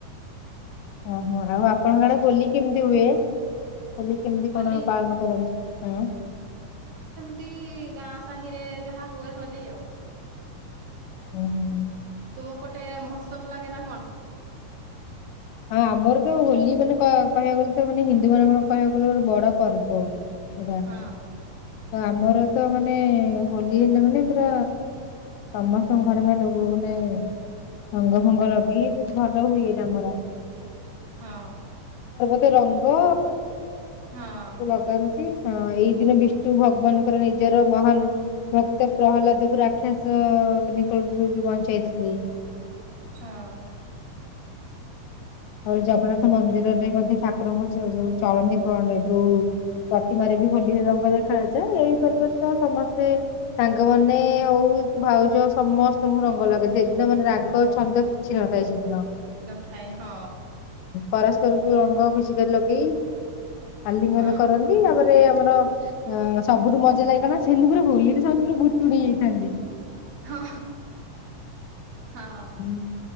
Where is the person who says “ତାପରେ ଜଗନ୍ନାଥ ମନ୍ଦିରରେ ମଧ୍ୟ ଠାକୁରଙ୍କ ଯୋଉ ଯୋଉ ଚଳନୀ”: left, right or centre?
Left